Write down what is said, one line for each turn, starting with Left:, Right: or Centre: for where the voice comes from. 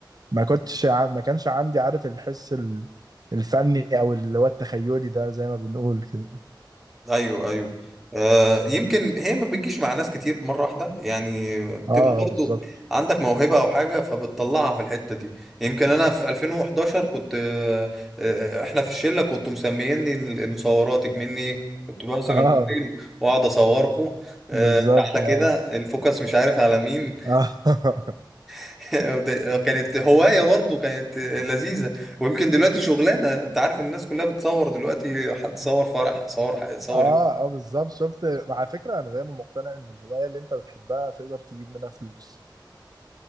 Right: ما كنتش ع... ما كانش عندي عارف الحس ال- الفني او اللي هو التخيلي ده زي ما بنقول كده
Centre: ايوه ايوه آه يمكن هي ما بتجيش مع ناس كتير مره واحده يعني بتبقى
Right: اه
Centre: برضو
Right: بالظبط
Centre: عندك موهبه او حاجه فبتطلعها في الحته دي يمكن انا في 2011 كنت آه آه، احنا في الشله كنتوا مسميني المصوراتك مني كنت بمسك
Right: اه
Centre: الموبايل واقعد اصوركم آه
Right: بالظبط
Centre: تعالى
Right: اه
Centre: كده الفوكس مش عارف على مين
Right: اه <laughs>
Centre: <laughs> وده- كانت هوايه برضو كانت آه، لذيذه ويمكن دلوقتي شغلانه انت عارف الناس كلها بتصور دلوقتي حد صور فرح صور صور
Right: اه آه، بالظبط شفت على فكره انا دايما مقتنع ان الهوايه اللي انت بتحبها تقدر تجيب منها فلوس